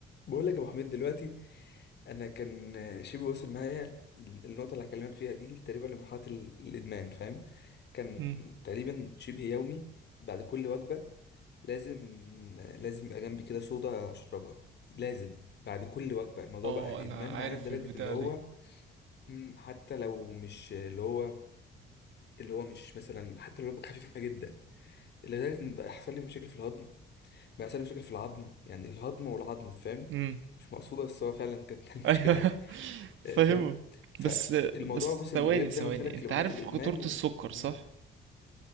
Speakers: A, on the left; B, on the right.
A: بقول لك يا ابو حميد دلوقتي انا كان شبه وصل معايا النقطه اللي هكلمك فيها دي تقريبا لمرحله ال- الادمان فاهم كان
B: امم
A: تقريبا شبه يومي بعد كل وجبه لازم لازم يبقى جنبي كده صودا اشربها لازم بعد كل وجبه الموضوع
B: اه
A: بقى
B: انا
A: ادمان
B: عارف
A: معايا لدرجه
B: البتاعة
A: ان هو
B: دي
A: مم، حتى لو مش اللي هو اللي هو مش مثلا حتى لو وجبه خفيفه جدا لدرجه ان بقى يحصل لي مشاكل في الهضم بقى يحصل لي مشاكل في العظم يعني الهضم والعظم فاهم
B: امم
A: مش مقصوده بس هو فعلا كان <laughs> كان
B: ايوه
A: مشكله
B: <laughs>
A: آه،
B: فاهمه
A: فاهم فالموضوع
B: بس بس
A: بص
B: ثواني
A: بجد زي
B: ثواني
A: ما قلت لك
B: انت
A: لمرحله
B: عارف
A: الادمان
B: خطورة
A: و...
B: السكر صح
A: مم.